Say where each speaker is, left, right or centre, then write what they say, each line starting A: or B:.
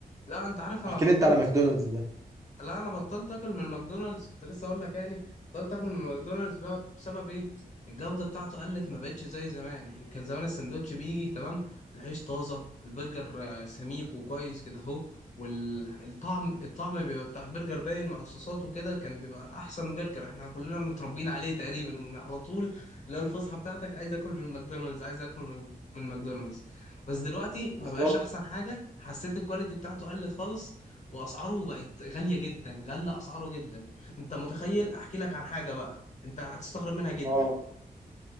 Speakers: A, on the left (about 50°); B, on the right (about 20°).
A: لا انت عارف انا
B: احكي
A: بطلت
B: لي أنت على ماكدونالدز ده
A: لا انا بطلت اكل من ماكدونالدز كنت لسه اقول لك يعني بطلت اكل من ماكدونالدز ب- بسبب ايه الجوده بتاعته قلت ما بقتش زي زمان يعني كان زمان السندوتش بيجي تمام العيش طازه البرجر آه، سميك وكويس كده اهو والطعم الطعم بيبقى بتاع البرجر باين مع الصوصات وكده كان بيبقى احسن برجر احنا كلنا متربيين عليه تقريبا على طول اللي هو الفسحه بتاعتك عايز اكل من ماكدونالدز عايز اكل من من ماكدونالدز بس دلوقتي ما
B: بالظبط
A: بقاش احسن حاجه حسيت الكواليتي بتاعته قلت خالص واسعاره بقت غاليه جدا غلى اسعاره جدا انت متخيل احكي لك عن حاجه بقى انت هتستغرب منها جدا
B: اه